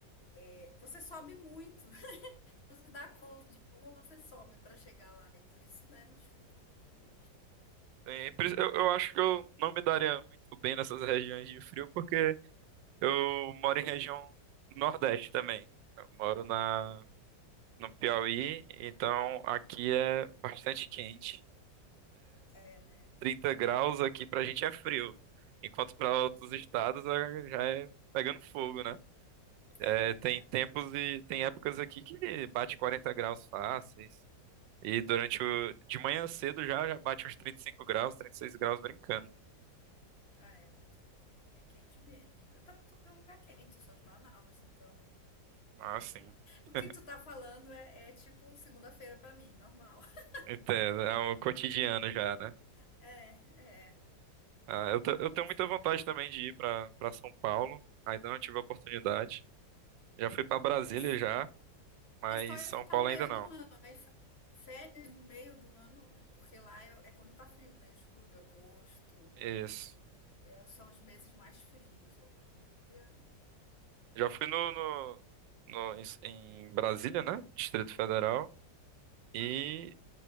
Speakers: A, on the left; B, on the right.
A: É, você sobe muito. <laughs> você dá conta de como você sobe para chegar lá. E por isso não é mais frio. Né?
B: tem- pri- eu, eu acho que eu não me daria muito bem nessas regiões de frio, porque eu moro em região Nordeste também. Eu moro na, no Piauí, então aqui é bastante quente.
A: É, né?
B: trinta graus aqui pra gente é frio, enquanto pra outros estados é- já é pegando fogo, né? É,
A: É verdade.
B: tem tempos e tem épocas aqui que bate 40 graus fáceis. E durante o. De manhã cedo já, já bate uns 35 graus, 36 graus brincando.
A: Ah, é. É quente mesmo. Eu também sou de um lugar quente, eu sou de Manaus, então.
B: Ah, sim. <laughs>
A: O que tu tá falando é, é tipo segunda-feira para mim, normal. <laughs>
B: Então, é um cotidiano já, né?
A: É, é.
B: Ah, eu, te- eu tenho
A: Nossa,
B: muita vontade também de ir para para São Paulo. Ainda não tive a oportunidade. Já fui para Brasília
A: é,
B: já, mas
A: é só evitar
B: São Paulo
A: o meio
B: ainda não.
A: do ano. Aí, férias no meio do ano, porque lá é, é quando tá frio, né? Julho, agosto.
B: Isso.
A: é, são os meses mais frios lá. Julho e agosto.
B: Já fui no, no, no- em, em Brasília, né? Distrito Federal. E
A: Aham.